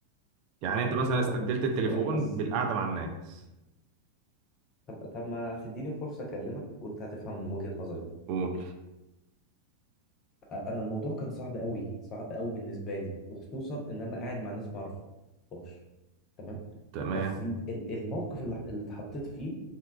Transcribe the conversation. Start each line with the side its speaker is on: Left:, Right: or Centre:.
Right: يعني
Left: ما
Right: أنت
Left: ما
Right: مثلا
Left: انا هقول
Right: استبدلت
Left: لك
Right: التليفون
Left: ثواني بس
Right: بالقعدة مع الناس
Left: طب طب ما تديني فرصه اكلمك وانت هتفهم وجهه نظري
Right: قول
Left: انا الموضوع كان صعب قوي صعب قوي بالنسبه لي وخصوصا ان انا قاعد مع ناس ما اعرفهاش تمام
Right: تمام
Left: بس ال- ال- الموقف اللي اللي اتحطيت فيه